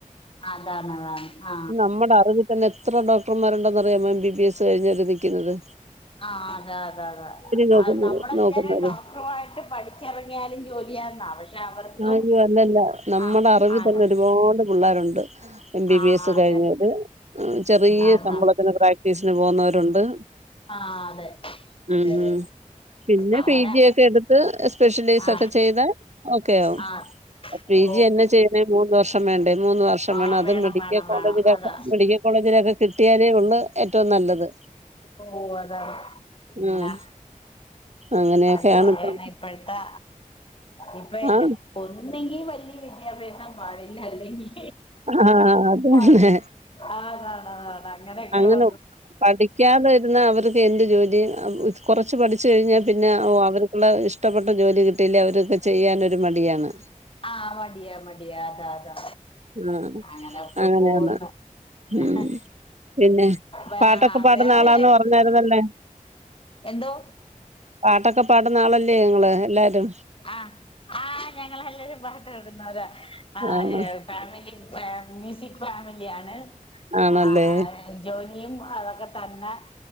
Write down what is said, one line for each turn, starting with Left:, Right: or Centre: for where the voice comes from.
Left: അതാണ് അതാണ് ആ
Right: നമ്മുടേ അറിവ്താന്നെ എത്ര ഡോക് ഡക്ടർമാണ്ടെന്നറിയാോ എം ബി ബി എസ് കഴിഞ്ഞ് നിക്കുന്നത്
Left: ആഹ് അതെ അതെ അതെ
Right: നോക്കുന്നത്
Left: അ നമ്മളെ
Right: നോക്കുന്നവര്
Left: വിചാരം ഡോക്ടറുമായിട്ട് പഠിച്ചിറങ്ങിയാലും ജോലിയാന്ന പക്ഷെ അവർക്കും
Right: കൊല്ലഅല്ലല്ല നമ്മുടെ
Left: ആ
Right: അറിവിൽ
Left: അത
Right: തന്നെ ഒരുപാട് പിള്ളേരുണ്ട് എം ബി
Left: ആ
Right: ബി എസ്
Left: അതെ
Right: കഴിഞ്ഞവര് ചെറിയ
Left: അത
Right: ശമ്പളത്തിന് പ്രാക്ടീസിന് പോകുന്നവരുണ്ട്
Left: ആഹ് അതെ അതെ
Right: ഉം ഉം പിന്നെ
Left: അങ്ങനെ
Right: പീ ജി ഒക്കെ എടുത്ത് സ്പെഷ്യലൈസ്
Left: ആ
Right: ഒക്കെ ചെയ്താൽ ഓക്കെയോ
Left: ആ
Right: പി
Left: ഓ
Right: ജി എന്നെ ചെയ്യണേ മൂന്ന് വർഷം വേണ്ടേ മൂന്ന് വ ർഷം
Left: ആ
Right: വേണം അത് മെഡിക്കൽ
Left: വേണം
Right: കോളേജിലൊക്കെ
Left: വേണം അതാ
Right: മെഡിക്കൽ കോളേജിലൊക്കെ കിട്ടിയാലേ ഉള്ള് ഏറ്റവും നല്ലത്
Left: ഓ അതാണ് അങ്ങനെ
Right: ഉം അങ്ങനെയൊക്കെയാണ്
Left: താ ചെയ്യന
Right: ഇപ്പം
Left: ഇപ്പഴത്തെ ഇപ്പ ഇല്ല
Right: ആ
Left: ഒന്നെങ്കി വലിയ വിദ്യാഭ്യാസം പാടില്ല അല്ലെങ്കി
Right: ആഹ് അതന്നെ
Left: പഠി അതാണ് അതാണ് അങ്ങനെയൊക്കെയുള്ള
Right: അങ്ങനെ പഠി ക്കാതിരുന്ന അവർക്ക് എന്ത്‌ ജോലിയും കുറച്ച് പഠിച്ചു കഴിഞ്ഞാൽ പിന്നെഓ അവർ ഇഷ്ടപ്പെട്ട ജോലി കിട്ടീല്ലേ അവരൊക്കെ ചെയ്യാനൊരു മടിയാണ്
Left: ആഹ് മടിയാ മടിയാ അതാ അതാ
Right: ആഹ്
Left: അങ്ങനെയൊക്കെ
Right: അങ്ങനെയാണ്
Left: പോകുന്ന ഞാൻ
Right: ഉം പിന്നെ
Left: വേ
Right: പാട്ടൊക്കെ പാടുന്ന
Left: വേറെ
Right: ആളാന്ന് പറഞ്ഞായിരുന്നല്ലേ
Left: എന്തോ
Right: പാട്ടൊക്കെ പാടുന്ന ആളല്ലേ ങ്ങള് എല്ലാരും
Left: ആഹ് ആഹ് ഞങ്ങളെല്ലരും പാട്ട് പാടുന്നവരാ ആഹ്
Right: ആണ്
Left: ഫാമിലി ഫാമിലി ഫാമിലിയാണ്
Right: ആണല്ലേ
Left: ആഹ് എഹ് ജോലിയും അതൊക്കെ തന്നെ